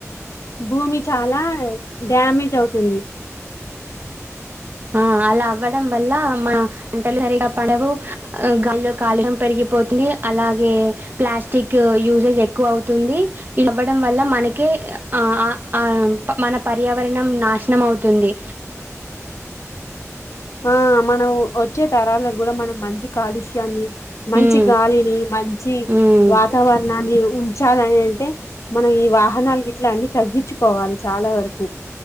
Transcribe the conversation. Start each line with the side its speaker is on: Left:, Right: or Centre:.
Left: భూమి చాలా డ్యామేజ్ అవుతుంది
Right: ఆ అలా అవ్వడం వల్ల మన పంటలు సరిగా పడవు గలో కాలుం పెరిగిపోతుంది అలాగే ప్లాస్టిక్ యూసేజ్ ఎక్కువ అవుతుంది ఇవ్వడం వల్ల మనకే ఆ ఆ ఆ మన పర్యావరణం నాశనం అవుతుంది
Left: ఆ మనం వచ్చే తరాలకు కూడా మనం మంచి కాలుష్యాన్ని మంచి
Right: ఉమ్
Left: గాలిని మంచి
Right: ఉమ్
Left: వాతావరణాన్ని ఉంచాలని అంటే మనం ఈ వాహనాలు ఇట్లా అన్ని తగ్గించుకోవాలి చాలా వరకు